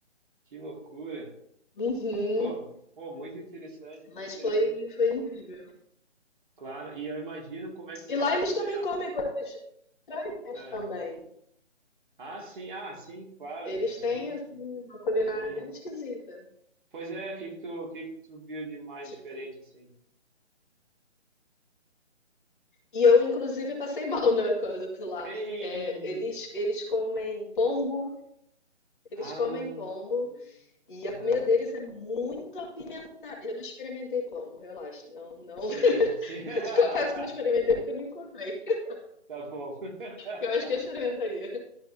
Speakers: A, on the right; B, on the left.
A: Que loucura.
B: Uhum.
A: Pô, pô, muito interessante,
B: Mas
A: muito interessante
B: foi,
A: mesmo.
B: foi incrível.
A: Claro, e eu imagino como é que não
B: E lá
A: é
B: eles
A: também
B: também
A: a...
B: comem coisas estranhas
A: a-
B: também.
A: Ah, sim, ah, sim, claro,
B: Eles
A: imagina.
B: têm assim uma culinária
A: Hum.
B: bem esquisita.
A: Pois é, o que que tu, o que que tu viu de mais
B: Tipo,
A: diferente, assim?
B: e eu inclusive passei mal né, co- co- <laughs> lá.
A: Ei!
B: É, eles eles comem pombo, eles
A: Ah,
B: comem pombo e
A: aham,
B: a comida deles é muito apimentada. Eu não experimentei pombo, relaxa, não não
A: Sim, sim. <laughs>
B: Eu te confesso que não experimentei porque eu não encontrei. <laughs>
A: Tá bom. <laughs>
B: Eu acho que eu experimentaria.